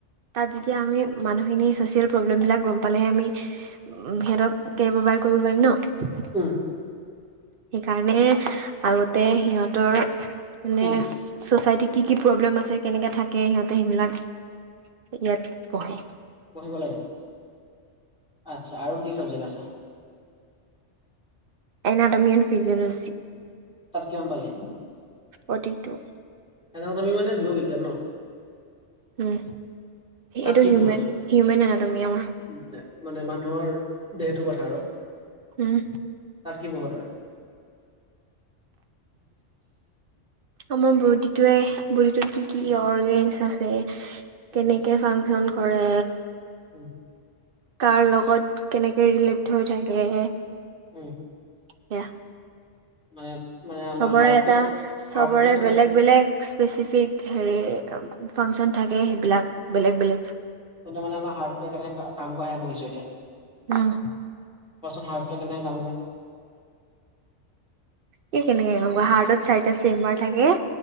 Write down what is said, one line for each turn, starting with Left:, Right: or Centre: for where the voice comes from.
Right: তাত যেতিয়া আমি মানুহখিনি চচিয়েল প্ৰব্লেম বিলাক গম পালেহে আমি বিহেভ কেইবাবাৰ কৰিব পাৰিম ন?
Centre: উম,
Right: সেইকাৰণে আগতে সিহঁতৰ মানে
Centre: উম,
Right: চচাইটিক কি কি প্ৰব্লেম আছে, কেনেকৈ থাকে, সিহঁতে সেইবিলাক ইয়াত পঢ়ে।
Centre: পঢ়িব লাগে, আচ্ছা আৰু কি চাবজেক্ট আছে।
Right: এনাডমিন ফিজিয়ালজি।
Centre: তাত কিমান পালি।
Right: ফৰ্থি টো
Centre: এডানমি মানে জীৱ বিজ্ঞান ন।
Right: উম,
Centre: তাত
Right: এইটো
Centre: কি
Right: হিউমেন
Centre: পঢ় তই?
Right: হিউমেন এডানমি অঁ।
Centre: মানে মানে মানুহৰ দেহটোৰ কথা আৰু।
Right: উম।
Centre: তাত কি পঢ়ো তই?
Right: আমাৰ বডিটোৱে বডীটোত কি কি
Centre: উম,
Right: অৰ্গেনচ আছে।
Centre: উম,
Right: কেনেকে ফাংচন কৰে?
Centre: উম।
Right: কাৰ লগত কেনেকে ৰিলেট হৈ থাকে।
Centre: উম
Right: সেয়া
Centre: মানে মানে আমাৰ
Right: চবৰে
Centre: হাৰ্টটোৱে
Right: এটা
Centre: কেনেকে
Right: চবৰে
Centre: হাৰ্টটোৱে কেনে
Right: বেলেগ বেলেগ স্পেচিফিক হেৰি ফাংচন থাকে, সেইবিলাক বেলেগ বেলেগ।
Centre: কিন্তু মানে আমাৰ হাৰ্টোৱে কেনে কাম কৰে বুজিছোঁ এতিয়া।
Right: উম।
Centre: কোৱাচোন হাৰ্টো কেনেকৈ কাম কৰে?
Right: কি কেনেকে কাম কৰে, হাৰ্টত চাৰিটা চেম্বাৰ থাকে।